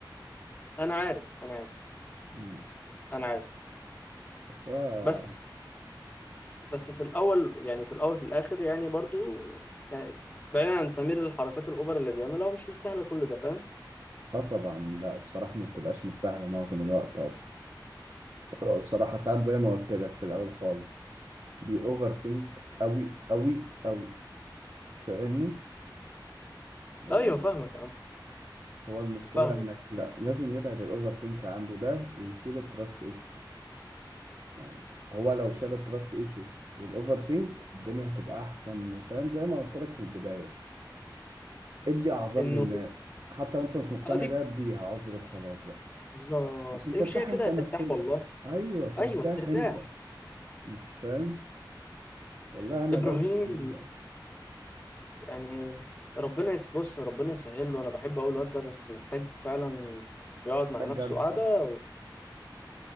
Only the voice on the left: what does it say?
انا عارف انا عارف
انا عارف
بس بس في الاول يعني في الاول في الاخر يعني برضو يعني بعيدا عن سمير الحركات الاوفر اللي بيعملها هو مش مستاهله كل ده فاهم
ايوه فاهمك يا عم
فاهمك
انه
اديك
بالظبط
امشيها
كده
هترتاح
والله
ايوه هترتاح
ابراهيم
يعني ربنا يس- بص ربنا يسهل له انا بحب اقول الواد ده بس محتاج فعلا يقعد مع
نفسه
قعده